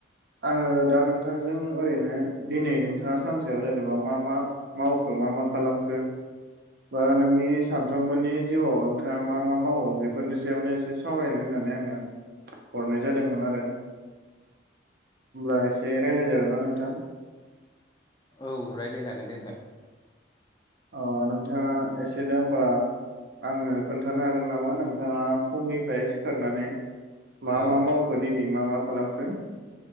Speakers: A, on the right; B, on the left.
A: आङो दा नोंथांजों ओरैनो दिनै नोंथाङा सानसेयाव जेनेबा मा मा मावखो मा मा खालामखो बा नोंनि सानफ्रोमबोनि जिउआव नोंथाङा मा मा मावो बेफोरनि सायावनो एसे सावरायनो होननानै आङो हरनाय जादोंमोन आरो होमब्ला एसे रायज्लाय जागोन ना नोंथां
B: औ रायज्लायनो हागोन दे नोंथां
A: अ नोंथाङा एसे दा होमबा आंनो खोन्थानो हागोन नामा? नोंथाङा फुंनिफ्राय सिखारनानै मा
B: औ
A: मा मावखो दिनै मा मा खालामखो